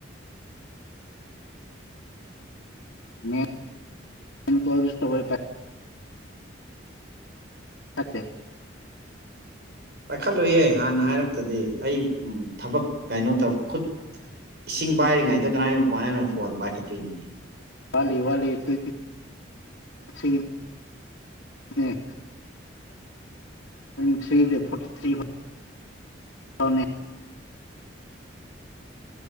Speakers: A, on the left; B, on the right.
A: <unintelligible> <unintelligible>
B: ꯄꯥꯏꯈꯠꯂꯨꯌꯦ ꯍꯥꯟꯅ ꯍꯥꯏꯔꯛꯇꯗꯤ ꯑꯩ ꯊꯕꯛ ꯀꯩꯅꯣꯇ ꯈꯨꯠ ꯏꯁꯤꯡ ꯄꯥꯏꯔꯤꯉꯩꯗ ꯀꯅꯥꯥꯏ ꯀꯃꯥꯏꯅ ꯐꯣꯟ ꯄꯥꯏꯈꯠꯇꯣꯏꯅꯣꯅꯦ
A: ꯋꯥꯠꯂꯤ ꯋꯥꯠꯂꯤ ꯊ꯭ꯔꯤ <unintelligible> ꯊ꯭ꯔꯤ <unintelligible> ꯅ‌ꯦ ꯇ꯭ꯋꯦꯟꯇꯤ ꯊ꯭ꯔꯤꯗꯩ ꯐꯣꯔꯇꯤ ꯊ꯭ꯔꯤ <unintelligible>